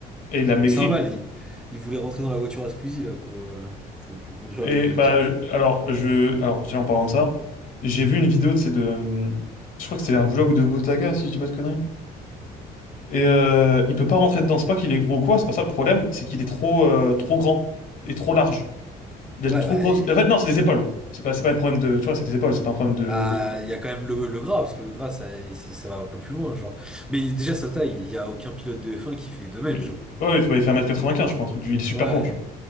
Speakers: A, on the left; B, in the centre.
A: Et il a maigri
B: Mais c'est un bal,
A: de.
B: il, il voulait rentrer dans la voiture à Squeezie là, pour, euh, pour, pour conduire
A: Et
B: les, les
A: bah
B: cartes.
A: je-
B: Là.
A: alors je. Alors tiens, en parlant de ça, j'ai vu une vidéo de c'est de. euh, Je crois que c'était un vlog de Gotaga, si je dis pas de conneries. Et euh, il peut pas rentrer dedans. C'est pas qu'il est gros ou quoi, c'est pas ça le problème, c'est qu'il est trop, euh, trop grand et trop large. Il a de
B: Ouais,
A: trop
B: bah,
A: grosses.
B: et-
A: En fait, non, c'est des épaules. C'est pas, c'est pas un problème de. Tu vois, c'est des épaules, c'est pas un problème de.
B: bah,
A: de...
B: il y a quand même le, le gras, parce que le gras, ça, il- c'est- ça va un peu plus loin, genre. Mais déjà, sa taille, il n'y a aucun pilote de F1 qui fait 2 mètres,
A: Euh,
B: genre.
A: Ouais, il fait bah, il fait un mètre quatre-vingt-quinze. je crois, un truc du. Il est super
B: Ouais,
A: grand, tu